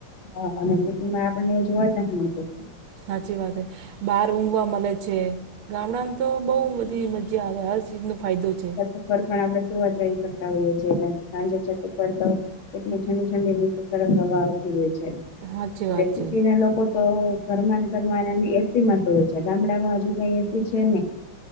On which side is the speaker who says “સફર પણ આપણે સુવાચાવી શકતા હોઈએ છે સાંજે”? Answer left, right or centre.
Left